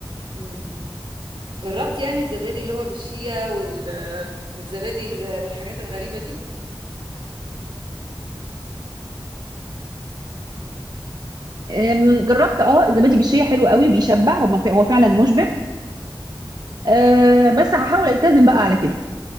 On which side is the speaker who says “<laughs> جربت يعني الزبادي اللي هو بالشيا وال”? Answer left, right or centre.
Right